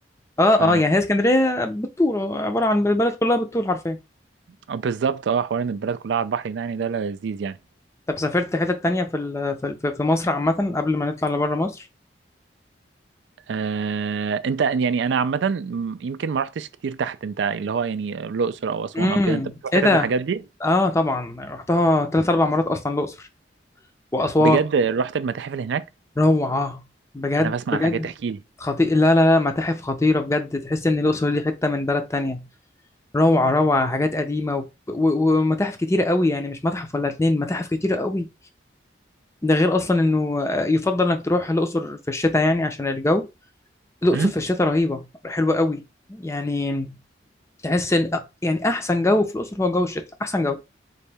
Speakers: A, on the left; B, on the right.
A: اه
B: ف
A: اه يعني هي اسكندريه بالطول عباره عن البلد كلها بالطول حرفيا
B: بالظبط اه حوار ان البلد كلها على البحر ده يعني ده لذيذ يعني
A: طب سافرت حتة تانية في ال- في ال- في مصر عامة قبل ما نطلع لبره مصر؟
B: آه انت يعني انا عامه م- يمكن ما رحتش كتير تحت انت اللي هو يعني الاقصر او اسوان
A: امم
B: او كده انت بتروح
A: ايه
B: حتت
A: ده؟
B: من الحاجات دي
A: اه طبعا رحتها تلات اربع مرات اصلا الاقصر واسوان
B: بجد رحت المتاحف اللي هناك
A: روعة بجد
B: انا بسمع
A: بجد
B: عن حاجات تحكي لي
A: خطير لا لا لا، متاحف خطيرة بجد تحس ان الاقصر دي حتة من بلد تانية روعة روعة حاجات قديمة و... و... ومتاحف كتيرة قوي يعني مش متحف ولا اتنين متاحف كتيرة قوي ده غير اصلا انه آه، يفضل انك تروح الاقصر في الشتاء يعني عشان الجو الأقصر
B: امم
A: في الشتاء رهيبة حلوة قوي يعني تحس ان يعني احسن جو في الأقصر هو جو الشتاء احسن جو